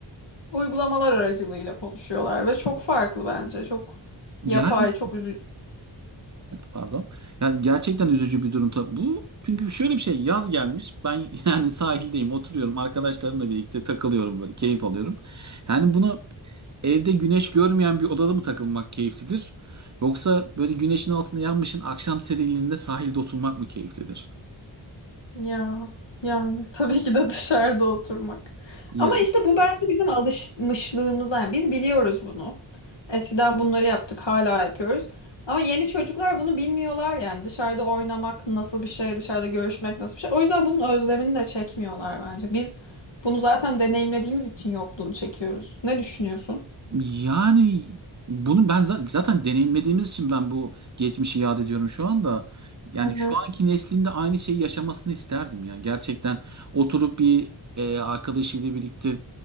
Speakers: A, on the left; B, on the right.
A: uygulamalar aracılığıyla konuşuyorlar ve çok farklı bence çok yapay
B: Yani
A: çok üzücü.
B: pardon. Yani gerçekten üzücü bir durum tabii bu. Çünkü şöyle bir şey yaz gelmiş. Ben <laughs> yani sahildeyim, oturuyorum arkadaşlarımla birlikte takılıyorum böyle keyif alıyorum. Yani buna evde güneş görmeyen bir odada mı takılmak keyiflidir? Yoksa böyle güneşin altında yanmışın akşam serinliğinde sahilde oturmak mı keyiflidir?
A: Ya yani <laughs> tabii ki de dışarıda oturmak.
B: Ya.
A: Ama işte bu bence bizim alışmışlığımız. Yani biz biliyoruz bunu. Eskiden bunları yaptık, hala yapıyoruz. Ama yeni çocuklar bunu bilmiyorlar yani. Dışarıda oynamak nasıl bir şey, dışarıda görüşmek nasıl bir şey. O yüzden bunun özlemini de çekmiyorlar bence. Biz bunu zaten deneyimlediğimiz için yokluğunu çekiyoruz. Ne düşünüyorsun?
B: Yani bunu ben za- zaten deneyimlediğimiz için ben bu geçmişi yad ediyorum şu anda. Yani
A: Evet.
B: şu anki neslinde aynı şeyi yaşamasını isterdim ya. Gerçekten oturup bir e, arkadaşıyla birlikte